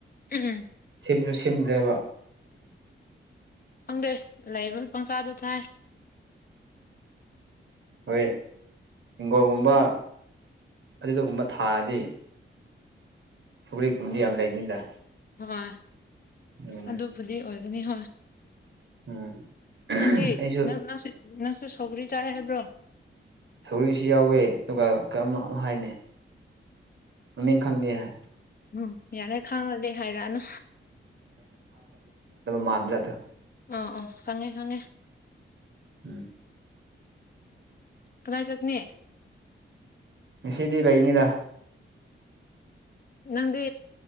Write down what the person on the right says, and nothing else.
ꯁꯤꯝꯁꯨ ꯁꯦꯝꯝꯗꯦꯕ
ꯍꯣꯏ ꯍꯤꯡꯒꯣꯜꯒꯨꯝꯕ ꯑꯗꯨꯗꯨꯒꯨꯝꯕ ꯊꯥꯔꯗꯤ ꯁꯨꯒ ꯀꯨꯝꯗꯤ ꯌꯥꯝ ꯂꯩꯅꯤꯗ
ꯑꯗꯨꯅꯦ
ꯎꯝ
ꯑꯩꯁꯨ
ꯊꯧꯔꯤꯁꯨ ꯌꯥꯎꯋꯦ ꯑꯗꯨꯒ ꯀꯝ ꯍꯥꯏꯅꯤ ꯃꯃꯤꯡ ꯈꯪꯗꯦ ꯍꯥꯏ
ꯃꯥꯥꯡꯂꯣ
ꯎꯝ
ꯉꯁꯤꯗꯤ ꯂꯩꯅꯤꯗ